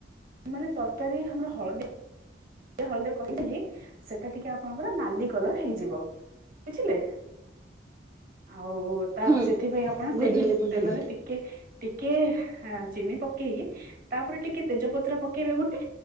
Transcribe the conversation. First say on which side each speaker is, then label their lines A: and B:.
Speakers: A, on the right; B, on the right.
A: ମାନେ ତରକାରୀ ଆମର ହଳଦୀଆ। ହଳଦିଆ କରିଥିବି ସେଟା ଟିକେ ଆପଣଙ୍କର ନାଲି କଲର ହେଇଯିବ। ବୁଝିଲେ ଆଉ ତ
B: ହୁଁ
A: ସେଥିପାଇଁ ଆପଣ
B: ବୁଝିଲି
A: ତେ
B: ବୁଝିଲି
A: ତେଲରେ ଟିକ କେ ଟିକେ ଚିନି ପକେଇକି ତାପରେ ଟିକେ ତେଜପତ୍ର ପକେଇବେ ଗୋଟେ।